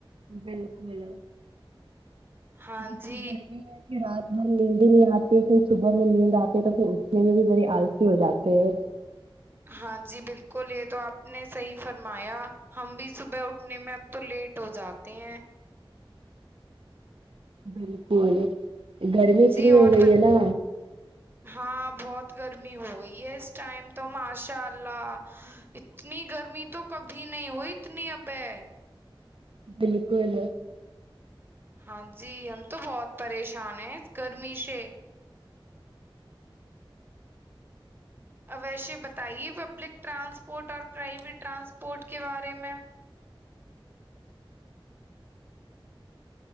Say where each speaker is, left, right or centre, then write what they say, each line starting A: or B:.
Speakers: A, on the right; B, on the right.
A: بالکل
B: ہاں
A: جتنی
B: جی
A: گرمی ہے کہ رات ب نیندی نہیں آتی ہے پھر صبح میں نیند آتی ہے تو پھر اٹھنے میں بھی بڑی آلسی ہو جاتے ہے
B: ہاں جی بالکل یہ تو آپ نے صحیح فرمایا ہم بھی صبح اٹھنے میں اب تو لیٹ ہو جاتے ہیں
A: بالکل گرمی اتنی
B: جی
A: ہو
B: اور
A: گئی
B: ب
A: ہے نا
B: ہاں بہت گرمی ہو گئی ہے اس ٹائم تو ماشاء اللہ اتنی گرمی تو کبھی نہیں ہوئی اتنی اب ہے
A: بالکل
B: ہاں جی ہم تو بہت پریشان ہیں گرمی سے اوش بتائیے پبلک ٹرانسپورٹ اور پرائیویٹ ٹرانسپورٹ کے بارے میں